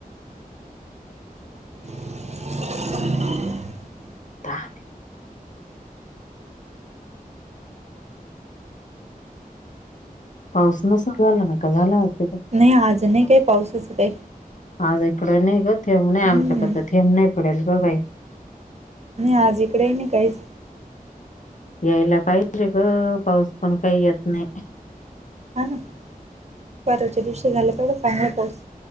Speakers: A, on the right; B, on the left.
A: <inaudible>
B: <inaudible> पाऊस नसल झाला, ना का झाला अजून
A: नाही, आज नाही, काही पाऊसच काही
B: आज इकडं नाही ग, थेंब नाही
A: हम्म.
B: आमच्याकड थेंब नाही पडल ग बाई
A: नाही आज इकडे नाही काहीच
B: यायला पाहिजे ग पाऊस पण काही येत नाही.
A: हा, ना परवाच्या दिवशी झालं तेवढा चांगला पाऊस